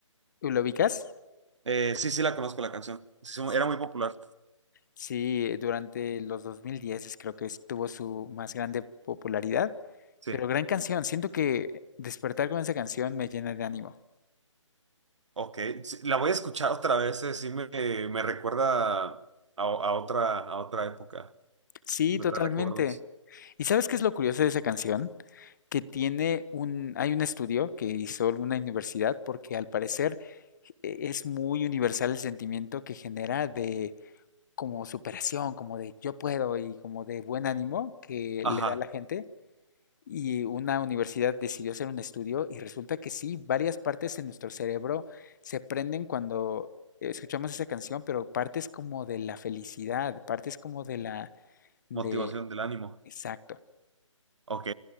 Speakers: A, on the left; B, on the right.
A: ¿Lo ubicas?
B: Eh, sí, sí la conozco la canción. Sí, sí,
A: Sí.
B: era muy popular.
A: Sí, durante los 2010 es- creo que estuvo su más grande popularidad,
B: Sí.
A: pero gran canción. Siento que despertar con esa canción me llena de ánimo.
B: Ok, sí, la voy a escuchar otra vez, eh, sí me, me recuerda a, a otra, a otra época,
A: Sí,
B: me
A: totalmente.
B: trae recuerdos.
A: ¿Y sabes qué es lo curioso de esa canción? Que tiene un, hay un estudio que hizo alguna universidad porque al parecer e- es muy universal el sentimiento que genera de como superación, como de yo puedo y como de buen ánimo que
B: Ajá,
A: le da a la gente. Y una universidad decidió hacer un estudio y resulta que sí, varias partes de nuestro cerebro se prenden cuando escuchamos esa canción, pero partes como de la felicidad, partes como de la, de,
B: motivación del ánimo.
A: exacto.
B: Ok.